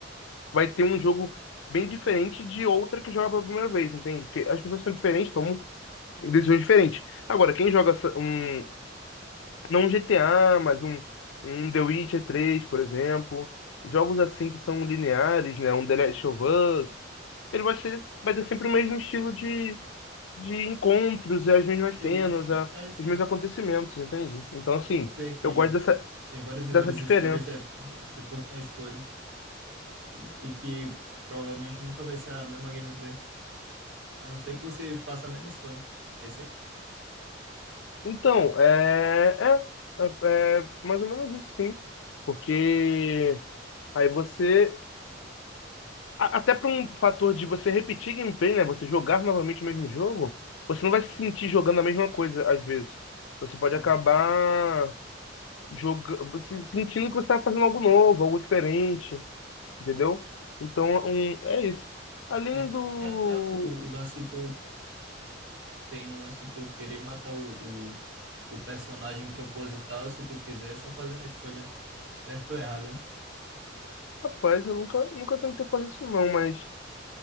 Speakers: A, on the left (about 80°); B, on the right (about 70°).
A: vai ter um jogo bem diferente de outra que joga pela primeira vez, entende? Porque as pessoas são diferentes, tomam decisões diferentes. Agora, quem joga essa- um, não um GTA, mas um, um The Witcher 3, por exemplo. Jogos assim que são lineares, né? Um The Last of Us. Ele vai ser, vai ter sempre o mesmo estilo de, de encontros, e as mesmas cenas,
B: de gameplay,
A: a-
B: é isso
A: os
B: mesmo,
A: mesmos acontecimentos, entende? Então, assim,
B: sei que
A: eu gosto dessa,
B: tem várias e
A: dessa
B: várias
A: diferença.
B: histórias de, de, de acordo com a escolha, e, e que provavelmente nunca vai ser a mesma gameplay, a não ser que você faça a mesma escolha, é isso aí?
A: Então, é, é, é, é mais ou menos isso, sim. Porque aí você A- Até para um fator de você repetir gameplay, né? Você jogar novamente o mesmo jogo, você não vai se sentir jogando a mesma coisa às vezes. Você pode
B: É.
A: acabar jogando, sentindo que você está fazendo algo novo, algo diferente, entendeu? Então, um, é isso. Além
B: É,
A: do.
B: tem até o, o lance do. Tem o lance de tu querer matar o, o, o personagem proposital, se tu quiser, só fazendo a escolha certa ou errada, né?
A: Rapaz, eu nunca, nunca tentei fazer isso não, mas